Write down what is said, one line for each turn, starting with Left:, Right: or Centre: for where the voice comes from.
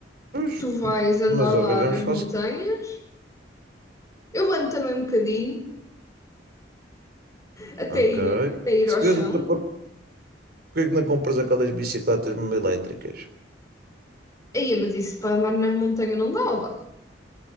Right: pois,
Left: tu vais andar
Right: mas
Left: lá
Right: arranjamos
Left: nas
Right: fácil.
Left: montanhas, eu ando também um bocadinho, até
Right: Ok.
Left: ir, até ir
Right: Se
Left: ao
Right: quiseres
Left: chão.
Right: até pôr, porque é que não compras aquelas bicicletas mesmo elétricas?
Left: Aí, mas isso para andar na montanha não dá, ou dá?